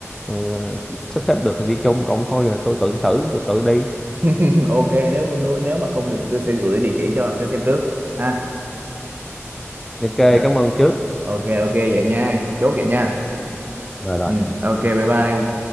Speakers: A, in the centre; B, on the right (about 40°).
A: ờ, sắp xếp được thì đi chung cộng thôi là tôi tự xử tôi tự đi
B: <laughs> ok nếu con nuôi nếu mà không được thì tôi sẽ gửi địa chỉ cho cho xem trước ha
A: ok
B: rồi
A: cảm ơn trước
B: ok ok vậy nha chốt vậy nha
A: Rồi, rồi.
B: ừ. ok bye bye ông